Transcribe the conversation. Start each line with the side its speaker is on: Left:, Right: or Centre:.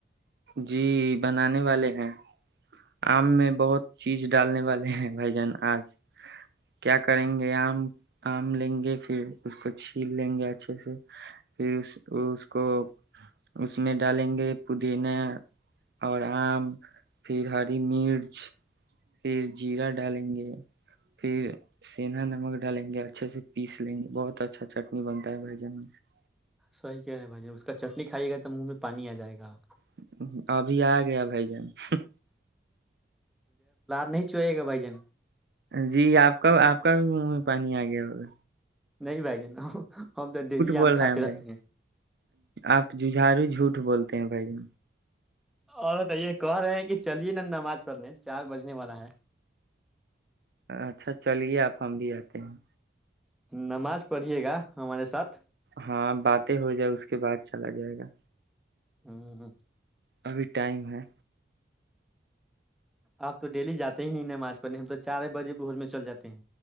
Right: جی بنانے والے ہیں آم میں بہت چیز ڈالنے والے ہیں بھائی جان آج کیا کریں گے آم آم لیں گے پھر اس کو چھیل لیں گے اچھے سے پھر اس اس کو اس میں ڈالیں گے پودینا اور آم پھر ہری مرچ <inaudible> پھر جیرہ ڈالیں گے پھر سناا نمک ڈالیں گے اچھے سے پیس لیں گے بہت اچھا چٹنی بنتا ہے بھائی جان سے
Centre: صحی کہہ رہے ہیں بھائی اس کا چٹنی کھائیے گا تو منہ پانی آ جائے گا آپ
Right: <inaudible> ابھی آ گیا بھائی جان <inaudible> <inaudible>
Centre: نہیں چوئے گا بھائی جان
Right: جی آپ کب آپ کا منہ میں پانی آ گیا ہوا
Centre: نہیں بہ جا ہم تو ڈیلی
Right: بول
Centre: آم کھاتے
Right: رہے بھائی
Centre: رہتے ہیں
Right: آپ ججھارو جھوٹ بولتے ہیں بھائی
Centre: اور بتائیے کہ رہے ہیں کہ چلیے نا نماز پڑھنے چار بجنے والا ہے
Right: اچھا چلیے آپ ہم بھی آتے ہیں
Centre: نماز پڑھیے گا ہمارے ساتھ
Right: ہاں باتیں ہو جائے اس کے بعد چلا جائے گا
Centre: ہاں <inaudible>
Right: ابھی ٹائم ہے
Centre: آپ تو ڈیلی جاتے ہی نہیں نماز پڑنے ہم تو چار بجے بوج میں چل جاتے ہیں